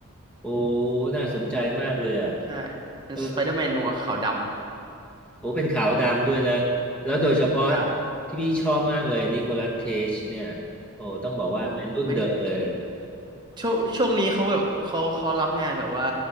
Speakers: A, in the centre; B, on the right.
A: โอ้น่าสนใจมากเลยอ่ะ
B: ใช่ เป็นสไปเดอร์แมนนัวขาวด
A: เออโอ้เป็นขาวดำด้วยนะ แล้วโดยเฉพาะ
B: ำใช่
A: ที่พี่ชอบมากเลยนิโคลัสเคจเนี่ยโอ้ต้องบอกว่าเป็นรุ่นเดอะเลยอะ
B: โอ้ไม่ได้ช่วงช่วงนี้เขาแบบเขาเขารับงานแบบว่า